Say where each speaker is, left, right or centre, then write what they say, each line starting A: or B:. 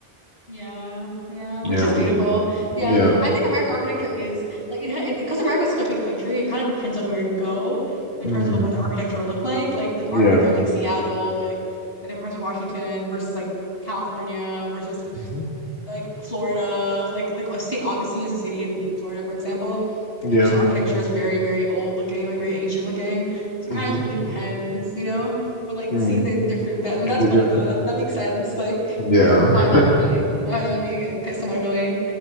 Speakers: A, on the left (about 70°); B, on the left (about 80°).
A: yeah, yeah. Which
B: Yeah,
A: is beautiful. Yeah,
B: yeah,
A: I think American architecture is like it, ha- it because America's such a big country. It kind of depends on where you go in
B: mm,
A: terms of like, what the architecture would look like. Like the architecture
B: yeah,
A: in like Seattle or like the different parts of Washington versus like California versus
B: hmm
A: like Florida, like like St. Augustine is a city in Florida, for example,
B: yeah,
A: in which architecture is very, very old looking, like very ancient looking. So it kind
B: hmm
A: of just really depends, you know? But like
B: mm,
A: seeing the different that,
B: the
A: that's funny
B: different,
A: though. That, that makes sense. Like
B: yeah,
A: <laughs> why that would be why that would be like, somewhat annoying.